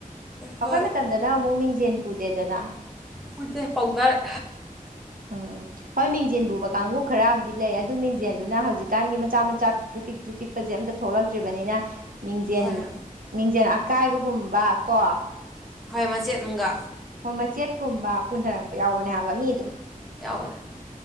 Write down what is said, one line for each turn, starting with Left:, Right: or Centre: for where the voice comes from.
Right: ꯑꯩꯈꯣꯏ
Centre: ꯍꯣꯏ
Right: ꯃꯇꯝ ꯗꯅ ꯑꯃꯨꯛ ꯃꯤꯡꯖꯦꯜ ꯄꯨꯗꯦꯗꯅ
Centre: ꯍꯨꯏꯠꯇꯦ ꯄꯥꯎꯗꯔ
Right: ꯎꯝ ꯍꯣꯏ ꯃꯤꯡꯖꯦꯟ ꯄꯨꯕ ꯀꯥꯡꯕꯨ ꯈꯔ ꯑꯃꯗꯤ ꯂꯩ ꯑꯗꯨ ꯃꯤꯡꯖꯦꯜꯗꯨꯅ ꯍꯧꯖꯤꯛꯀꯥꯟꯒꯤ ꯃꯆꯥ ꯃꯆꯥ ꯄꯤꯛꯇ꯭ꯔꯨ ꯄꯤꯛꯇ꯭ꯔꯨ ꯑꯄꯤꯛ ꯑꯝꯇ ꯊꯣꯛꯂꯛꯇ꯭ꯔꯤꯕꯅꯤꯅ ꯃꯤꯡꯖꯦꯜ
Centre: ꯍꯣꯏ ꯍꯣꯏ
Right: ꯃꯤꯡꯖꯦꯜ ꯑꯀꯥꯏꯕꯒꯨꯝꯕ ꯀꯣ
Centre: ꯍꯣꯏ ꯃꯆꯦꯠ ꯃꯒ
Right: ꯍꯣꯏ ꯃꯆꯦꯠꯀꯨꯝꯕ ꯄꯨꯅꯔꯛꯄ ꯌꯥꯎꯕꯅꯦ ꯍꯥꯏꯕ ꯃꯤ ꯑꯗꯨꯝ
Centre: ꯌꯥꯎꯋꯦ